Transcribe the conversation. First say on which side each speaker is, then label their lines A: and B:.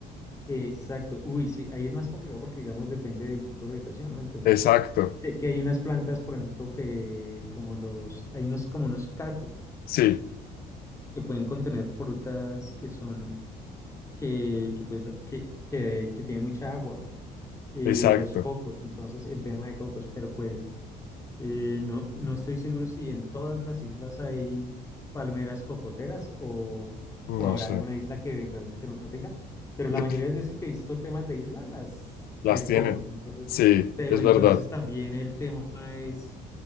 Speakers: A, on the left; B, on the left.
A: eh, exacto, uy, sí, ahí es más complicado porque, digamos, depende del tipo de vegetación, ¿no? Entonces,
B: Exacto,
A: sé que hay unas plantas, por ejemplo, que como los, hay unos, como unos cactus
B: sí,
A: que pueden contener frutas que son, que, que pues, que, que, que tienen mucha agua, y
B: exacto.
A: los cocos, entonces, el tema de cocos, pero pues. Eh, no, no estoy seguro si en todas las islas hay palmeras cocoteras o, o
B: No
A: habrá
B: sé,
A: alguna isla que realmente no tenga, pero la
B: De-
A: mayoría de las veces que he visto temas de isla, las
B: las
A: hay
B: tienen.
A: cocos. Entonces,
B: Sí,
A: pero
B: es
A: entonces
B: verdad.
A: también el tema es